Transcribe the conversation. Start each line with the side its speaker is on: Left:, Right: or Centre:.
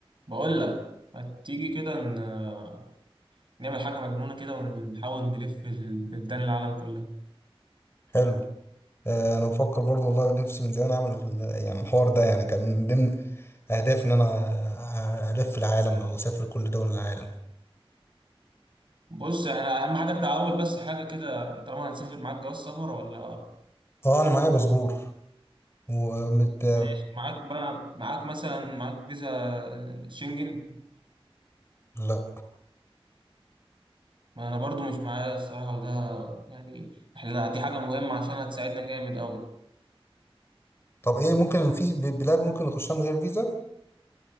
Right: بقول لك ما تيجي كده ن- نعمل حاجة مجنونة كده ونحاول نلف ال- بلدان العالم كلها
Left: حلو آه، انا بفكر برضو والله نفسي من زمان اعمل ال- يعني الحوار ده يعني كان من ضمن اهدافي ان انا آه، الف العالم او اسافر كل دول العالم
Right: بص احنا أهم حاجة التعاون بس حاجة كده طالما هنسافر معاك جواز سفر ولا
Left: اه انا معايا باسبور ومت
Right: ماشي معاك بقى معاك مثلا معاك فيزا آه، شنجن
Left: لا
Right: ما أنا برضو مش معايا الصراحة وده يعني احنا دي حاجة مهمة عشان هتساعدنا جامد أوي
Left: طب ايه ممكن في ب- بلاد ممكن نخشها من غير فيزا